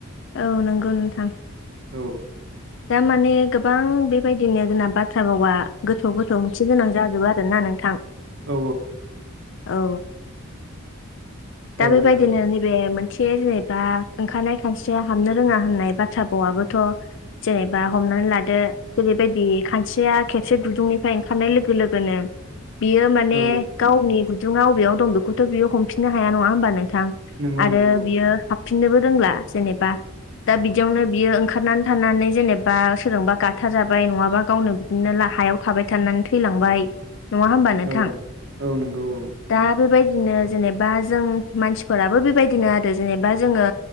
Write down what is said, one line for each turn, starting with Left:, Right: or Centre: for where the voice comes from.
Left: औ नंगौ नोंथां
Right: औ
Left: दारमाने गोबां बेबायदिनो जोंना बाथ्रा बावा गोथौ गोथौ ओंथि गोनां जाजोबो आरोना नोंथां
Right: औ
Left: औ दा
Right: ओ
Left: बेबायदिनो नैबे मोनसे थे जेनेबा ओंखारनाय खानस्रिया हाबनो रोङा होननाय बाथ्रा बावाबोथ' जेनेबा हमनानै लादो जेरैबायदि खानस्रिया खेबसे दुदुंनिफ्राय ओंखारनाय लोगो लोगोनो बियो माने
Right: औ
Left: गावनि गुदुङा बबेयाव दं बेखौथ' बियो हमफिननो हाया। नङा हबा नोंथां
Right: नंगौ
Left: आरो
Right: नंगौ
Left: बियो हफिननोबो रोंला जेनेबा दा बिदियावनो बियो ओंखारनानै थानानै जेनेबा सोरजोंबा गाथारजाबाय नङाबा गावनो बिदिनो हायाव थाबाय थानानै थैलांबाय नङा होमबा नोंथां
Right: औ औ नंगौ औ
Left: दा बेबायदि बिदिनो जेनेबा जों मानसिफोराबो बेबायदिनो आरो जेनेबा जोङो